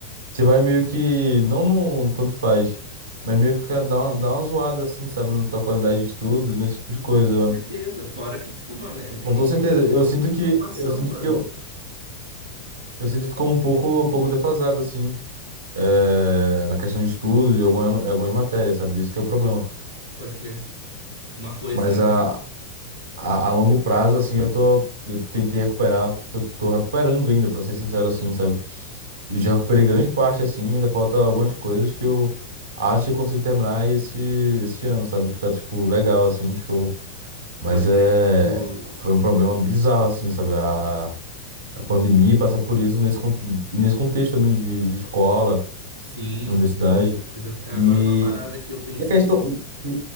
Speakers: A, on the right; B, on the right.
A: Você vai meio que, não no tanto faz, mas meio que fica, dá uma, dá uma zoada assim, sabe, na tua qualidade de estudo, nesse tipo de coisa,
B: Ah, com
A: mano.
B: certeza. Fora que, tipo, mano, é,
A: Com toda
B: é,
A: certeza, eu sinto
B: é
A: que,
B: preocupação,
A: eu sinto
B: mano.
A: que, eu, eu sinto que ficou um pouco, um pouco defasado, assim, eh, na questão de estudo, de alguma, algumas matérias, sabe, isso que é o problema.
B: Pode crer. Uma coisa.
A: Mas a, a,
B: Pode falar.
A: a longo prazo, assim, eu tô, eu tentei recuperar, tô, tô recuperando ainda, pra ser sincero, assim, sabe. E já recuperei grande parte, assim, ainda falta algumas coisas que eu acho que consigo terminar esse, esse ano, sabe? Ficar, tipo, legal, assim, show. Mas
B: Pode
A: é...
B: crer. O...
A: Foi um problema bizarro, assim, sabe? A, a pandemia passa por isso nesse, con- nesse contexto também de, de escola
B: Sim.
A: na universidade.
B: Exato. Agora,
A: E,
B: uma parada que eu pensei.
A: e a questão, e-